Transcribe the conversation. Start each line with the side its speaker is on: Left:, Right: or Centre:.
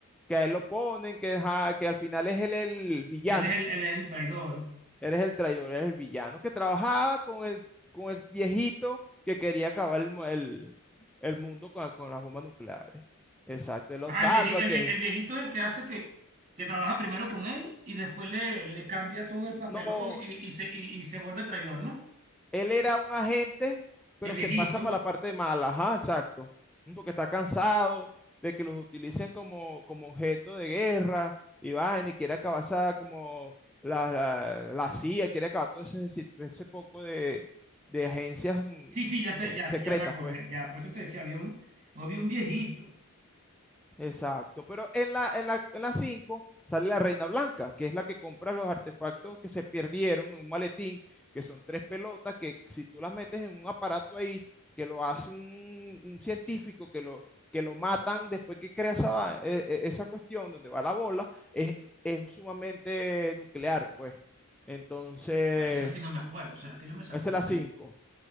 Centre: Que a él lo ponen, que, ajá, que al final es él el villano.
Right: Él es el, él es el traidor.
Centre: Eres el traidor, eres el villano que trabajaba con el, con el viejito que quería acabar el, mu- el- el mundo con, con las bombas nucleares. Exacto, él lo
Right: Ah,
Centre: salva,
Right: el viejito, el,
Centre: que
Right: vie- el viejito es el que hace que, que trabaja primero con él y después le, le cambia todo el papelón
Centre: no,
Right: y, y se, y y se vuelve traidor, ¿no?
Centre: él era un agente, pero
Right: El viejito.
Centre: se pasa para la parte mala, ajá, exacto, porque está cansado de que los utilicen como, como objeto de guerra y va, y quiere acabar esa- como la, la, la CIA, quiere acabar todo ese, ese poco de, de agencias mm,
Right: Sí, sí, ya sé,
Centre: eh,
Right: ya,
Centre: secretas,
Right: sí, ya me acordé.
Centre: pues.
Right: Ya, por eso te decía, había un, había un viejito.
Centre: Exacto, pero en la, en la, en la 5 sale la Reina Blanca, que es la que compra los artefactos que se perdieron en un maletín, que son tres pelotas, que si tú las metes en un aparato ahí, que lo hace un, un científico, que lo, que lo matan después que crea esa, va- e- e- esa cuestión donde va la bola, es, es sumamente nuclear, pues. Entonces,
Right: Ah, esa sí no me acuerdo. ¿Será que yo me salté
Centre: esa
Right: una
Centre: es la
Right: película?
Centre: cinco